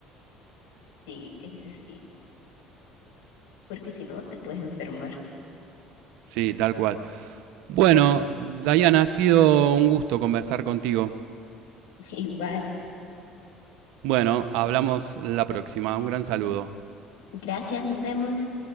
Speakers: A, on the left; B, on the right.
A: sí, ese sí, porque si no te puedes enfermar.
B: Sí, tal cual. Bueno, Dayana, ha sido un gusto conversar contigo.
A: <laughs> Igual.
B: Bueno, hablamos la próxima. Un gran saludo.
A: Gracias, nos vemos.